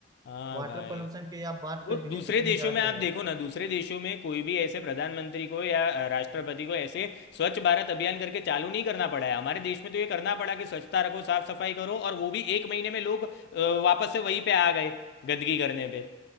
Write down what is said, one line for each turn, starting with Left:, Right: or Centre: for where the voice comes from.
Left: हाँ
Right: वाटर
Left: भाई
Right: पोल्यूशन की आप बात कर
Left: वो
Right: लीजिए
Left: दूसरे
Right: कितनी
Left: देशों
Right: ज्यादा
Left: में आप
Right: है
Left: देखो ना दूसरे देशों में कोई भी ऐसे प्रधानमंत्री को या अ, राष्ट्रपति को ऐसे स्वच्छ भारत अभियान करके चालू नहीं करना पड़ा है हमारे देश में तो ये करना पड़ा कि स्वच्छता रखो साफ सफाई करो और वो भी एक महीने में लोग अ, वापस से वहीं पे आ गए गंदगी करने पे